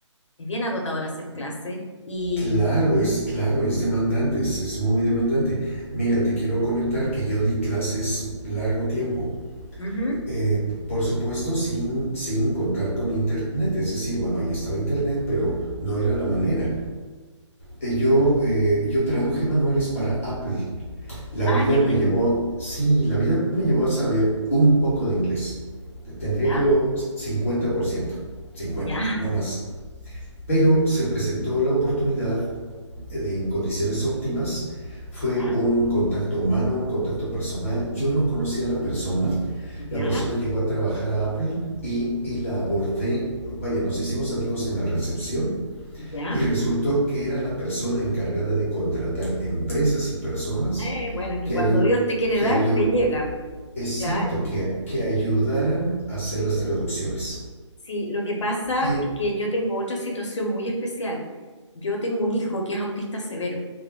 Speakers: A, on the left; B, on the left.
A: es bien agotador hacer clase y...
B: Claro, es claro, es demandante, es, es, muy demandante. Mira, te quiero comentar que yo di clases largo tiempo.
A: ujú,
B: Eh, por supuesto, sin, sin contar con internet. Es decir, bueno, ahí estaba internet, pero no era la manera. Eh, yo, eh, yo traduje manuales para Apple La
A: Ah,
B: vida
A: qué
B: me
A: bien.
B: llevó, sí, la vida me llevó a saber un poco de inglés. Tendría
A: Ya,
B: yo 50%, cincuenta,
A: ya,
B: no más. Pero se presentó la oportunidad eh, de, en condiciones óptimas. Fue
A: ya,
B: un contacto humano, un contacto personal. Yo no conocía a la persona.
A: ya,
B: La persona llegó a trabajar a Apple y, y la abordé. Vaya, nos hicimos amigos en la recepción
A: ya.
B: y resultó que era la persona encargada de contratar empresas y personas
A: Eh, bueno, es que
B: que,
A: cuando
B: ayu-
A: Dios te quiere
B: que,
A: dar,
B: ayu-
A: te llega.
B: exacto,
A: claro.
B: que, que ayudaran a hacer las traducciones.
A: Sí, lo que pasa
B: Y eh,
A: es que yo tengo otra situación muy especial. Yo tengo un hijo que es autista severo.